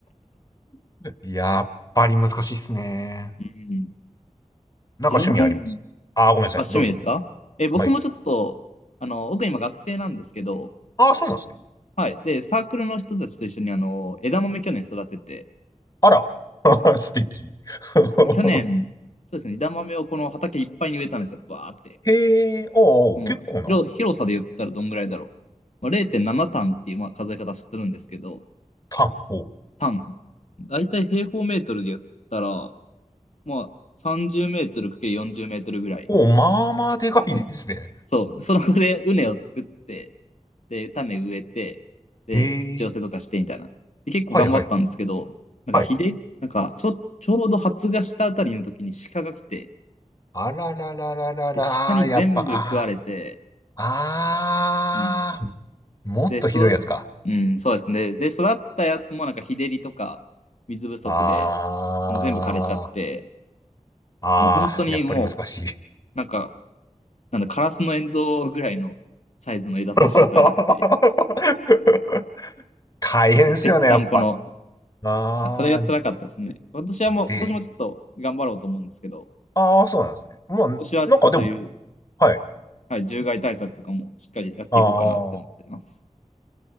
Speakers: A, on the left (about 30°); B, on the left (about 65°).
A: <laughs> やっぱり難しいっすね。
B: うん。
A: なんか趣味ありますああー、
B: じゃがいも
A: ごめんなさい。
B: が趣味ですかえ、
A: どうぞどうぞ。
B: 僕もちょっと、
A: はい。
B: あの、僕今学生なんですけど、
A: ああ、そうなんですね。
B: はい。で、サークルの人たちと一緒にあの、枝豆去年育てて、
A: あら。<laughs> 素敵。<laughs>
B: 去年、そうですね、枝豆をこの畑いっぱいに植えたんですよ、バーって。
A: へえ、ああ、
B: もう、
A: 結構な、
B: 広、広さで言ったらどんぐらいだろう。まあ、0.7単っていう、まあ、数え方してるんですけど、
A: タン。お、
B: 単。だいたい平方メートルで言ったら、まあ、30メートル ×40 メートルぐらい
A: お、まあまあでかいですね。
B: の、そう、そのこで畝を作って、で、種植えて、で、
A: へえ、
B: 土寄せとかしてみたいな。で、結構頑張ったんですけど、
A: はいはいはい。
B: なんかひで、
A: はい。
B: なんか、ちょ、ちょうど発芽したあたりの時に鹿が来て、
A: あらららららら、
B: で、鹿に全部食われて、
A: あーやっぱ、ああ、ああ、
B: うん。
A: もっとひどいやつか。
B: で、そう、うん、そうですね。で、育ったやつもなんか日照りとか水不足で、
A: あ
B: もう全部枯れちゃって、
A: あ、
B: もう本当にもう、
A: ああ、やっぱり難しい。
B: なんか、なんだ、カラスのエンドウぐらいのサイズの枝豆しか取れなくて、
A: <laughs> 大変ですよね、
B: もうぺったんこの、
A: やっぱ。ああ、
B: それが辛かったですね。私はもう、
A: で、
B: 今年もちょっと頑張ろうと思うんですけど、
A: ああ、そうなんですね。まあ、
B: 今年はちょっとそういう、
A: なんかでも、はい。
B: はい、獣害対策とかもしっかりやっていこうかなって思っています。
A: ああ、